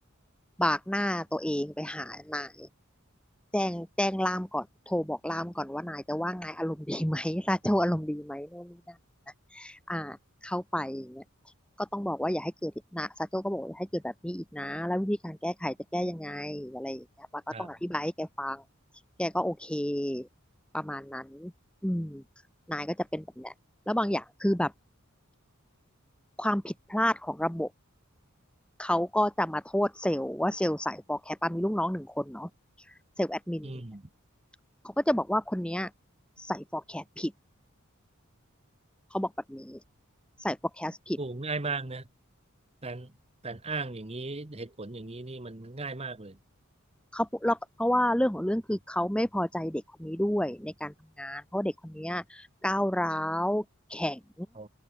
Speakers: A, in the centre; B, on the right (about 30°).
A: บากหน้าตัวเองไปหานายแจ้งแจ้งล่ามก่อนโทรบอกล่ามก่อนว่านายจะว่านายอารมณ์ดีไหมซาโจอารมณ์ดีไหมโน่นนี่นั่นนะอ่าเข้าไปอย่างเงี้ยก็ต้องบอกว่าอย่าให้เกิดอีกนะซาโจก็บอกว่าอย่าให้เกิดแบบนี้อีกนะแล้ววิธีการแก้ไขจะแก้ยังไงอะไรอย่างเงี้ยปาก็ต้องอธิบายให้แกฟัง
B: ครับ
A: แกก็โอเคประมาณนั้นอืมนายก็จะเป็นแบบเนี้ยแล้วบางอย่างคือแบบความผิดพลาดของระบบ เขาก็จะมาโทษเซลล์ว่าเซลล์ใส่ฟอร์แคสต์ปามีลูกน้องหนึ่งคนเนาะเซลล์แอดมินเ
B: อืม
A: ขาก็จะบอกว่าคนเนี้ยใส่ฟอร์แคสต์ผิดเขาบอกแบบนี้ใส่ฟอร์แคสต์ผิด
B: โอ้ง่ายมากนะการการอ้างอย่างนี้เหตุผลอย่างนี้นี่มันง่ายมากเลย
A: เขาเพราะว่าเรื่องของเรื่องคือเขาไม่พอใจเด็กคนนี้ด้วยในการทำงานเพราะว่าเด็กคนนี้ยก้าวร้าวแข็ง
B: อ๋อ